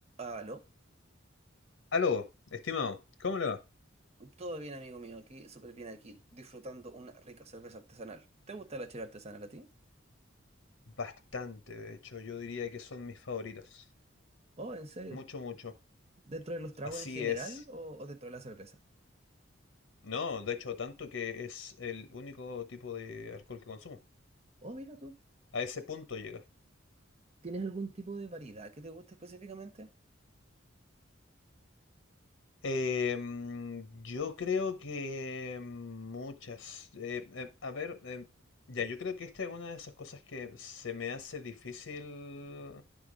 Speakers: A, on the right; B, on the left.
A: Aló,
B: Aló, estimado, ¿cómo le va?
A: todo bien amigo mío, aquí súper bien aquí, disfrutando una rica cerveza artesanal. ¿Te gusta la chela artesanal a ti?
B: Bastante, de hecho, yo diría que son mis favoritos.
A: Oh, ¿en serio?
B: Mucho, mucho.
A: ¿Dentro de los tragos
B: Así
A: en general
B: es.
A: o, o dentro de la cerveza?
B: No, de hecho, tanto que es el único tipo de alcohol que consumo.
A: Oh, mira tú,
B: A ese punto llega.
A: ¿tienes algún tipo de variedad que te guste específicamente?
B: Em, yo creo que muchas. Eh, eh, a ver, em, ya, yo creo que esta es una de esas cosas que se me hace difícil